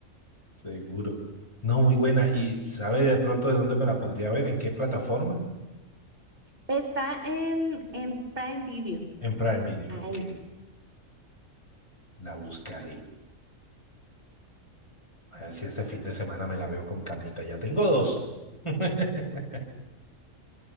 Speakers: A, on the left; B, on the right.
A: seguro. No, muy buena. ¿Y sabe de pronto de dónde me la podría ver? ¿En qué plataforma?
B: Está en, en Prime Video,
A: En Prime Video.
B: ahí.
A: Ok, la buscaré. A ver si este fin de semana me la veo con calmita. Ya tengo dos. <laughs>